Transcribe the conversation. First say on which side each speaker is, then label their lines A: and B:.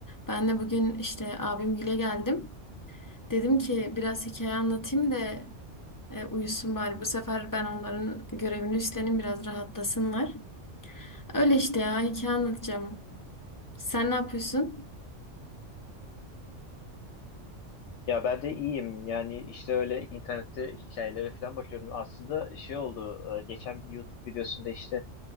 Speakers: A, on the left; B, on the left.
A: Ben de bugün işte abimgile geldim. Dedim ki biraz hikaye anlatayım da e, uyusun bari. Bu sefer ben onların görevini üstleneyim biraz rahatlasınlar. Öyle işte ya hikaye anlatacağım. Sen ne yapıyorsun?
B: Ya ben de iyiyim yani işte öyle internette hikayelere falan bakıyorum. Aslında şey oldu e, geçen bir YouTube videosunda işte